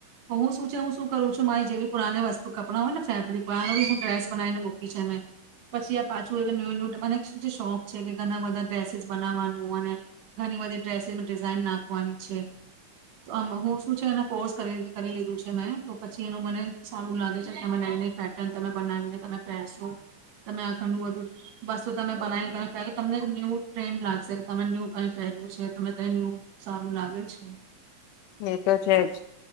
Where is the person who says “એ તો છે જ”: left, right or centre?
Left